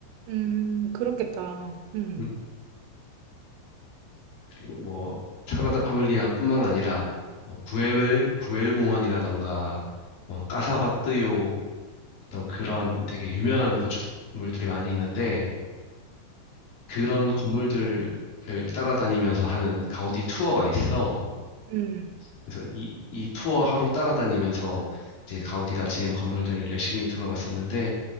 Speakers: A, on the right (about 85°); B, on the left (about 50°).
A: 음, 그렇겠다. 음,
B: 음, 그리고 뭐 사그라다 파밀리아뿐만 아니라 뭐 구엘 구엘 공원이라던가 뭐 까사바뜨요 어떤 그런 되게 유명한 건축물들이 많이 있는데 그런 건물들을 따라다니면서 하는 가우디 투어가 있어.
A: 음,
B: 그래서 이, 이 투어 하루 따라다니면서 이제 가우디가 지은 건물들 열심히 둘러봤었는데